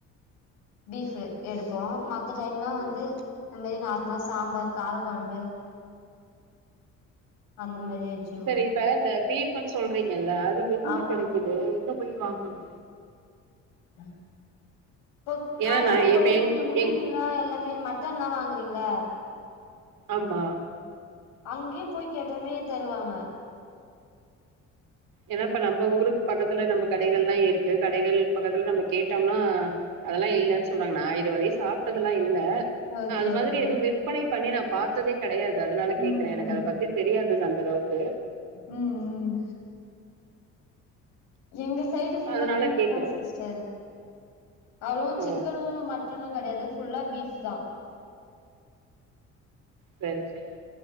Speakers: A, on the left (about 80°); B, on the right (about 65°).
A: பீஃப்பு எடுப்போ மத் த டைம்லா வந்து
B: ம்
A: இந்த மாரி சாம்பார் கார குழம்பு அந்த மாரி வச்சுருவோம்.
B: சரி இப்ப இந்த பீஃப்ன்னு சொல்றீங்கல்ல அது எங்க
A: ஆமா.
B: கெடைக்குது எங்க போய் வாங்கணு
A: <unintelligible> இப்ப
B: ஏன்னா
A: கடையில
B: நா
A: போயிட்டு
B: இப்ப எங்
A: நீங்க மீன்
B: எங்
A: எல்லாம் எல்லாமே மட்டன்ல்லாம் வாங்குறீங்கள
B: ஆமா
A: அங்கே போய் கேட்டாமே தருவாங்க
B: ஏன்னாப்ப நம்ம ஊருக்கு பக்கத்துல நம்ம எல்லாம் இருக்கு கடைகள் பக்கத்துல நம்ம கேட்டோம்னா அதெல்லாம் இல்லன்னு சொல்றாங்க நான் இதுவரைையும் சாப்பிட்டததுல்லா இல்ல
A: ஓகே
B: அது மாதிரி
A: ஓகே
B: எதுவும் விற்பனை பண்ணி நான் பாத்ததே கிடையாது அதனால
A: ம்
B: கேக்குறேன்
A: ம்
B: எனக்கு அத பத்தி தெரியாது சஅந்த அளவுக்கு
A: ம் ம் எங்க சைடு ஃபுல்லா
B: அதனால
A: பீஸ்
B: கேக்குறே
A: தான் சிஸ்டர் அவ்ளும்
B: ஓ
A: சிக்கனும் மட்டனும் கிடையாது ஃபுல்லா பீஃப் தான்
B: சரி சரி